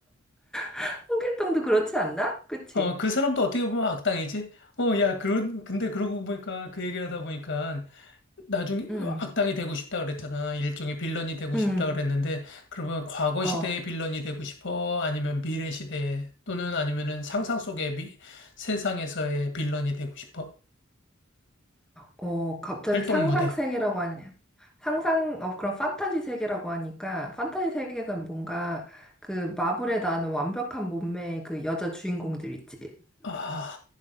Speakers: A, in the centre; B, on the left (about 60°).
A: <laughs> 홍길동도 그렇지 않나? 그치?
B: 어, 그 사람도 어떻게 보면 악당이지? 어, 야, 그런, 근데 그러고 보니까 그 얘기하다 보니까 나중에
A: 응.
B: 악당이 되고 싶다 그랬잖아. 일종의 빌런이 되고
A: 응.
B: 싶다 그랬는데, 그러면 과거 시대의
A: 어.
B: 빌런이 되고 싶어? 아니면 미래 시대에, 또는 아니면은 상상 속의 미, 세상에서의 빌런이 되고 싶어?
A: 어, 갑자기
B: 활동
A: 상상
B: 무대.
A: 세계라고 하네. 상상 어 그런 판타지 세계라고 하니까 판타지 세계에서 뭔가 그 마블에 나오는 완벽한 몸매의 그 여자 주인공들 있지.
B: 아,